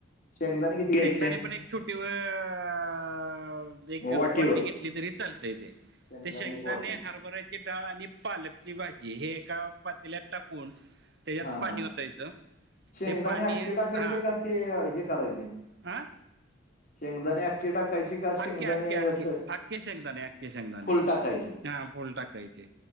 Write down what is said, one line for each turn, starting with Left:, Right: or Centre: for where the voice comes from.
Left: शेंगदाने किती? घ्यायचे
Right: शेंगदाणे पण एक छोटी व अ एक
Left: वाटीवर
Right: वाटी घेतली तरी चालत ते.
Left: शेंगदाणे
Right: ते शेंगदाने
Left: एक वाटी
Right: हारबरायत. ती डाळ आणि पालकची भाजी हे एका पातीलात टाकून. त्याच्यात
Left: हा
Right: पाणी
Left: हा
Right: होतायचं
Left: शेंगदाणे
Right: ते पाणी
Left: अक्के टाकायचे
Right: हा.
Left: ते हे करायचे.
Right: हा
Left: ह <inaudible> शेंगदाणे अख्ख टाकायची का शेंगदाणे
Right: अख्खे अख्खे अख्खे
Left: अस
Right: अख्खे शेंगदाणे अख्खे शेंगदाणे
Left: फुल टाकायचे.
Right: हा फूल टाकायचे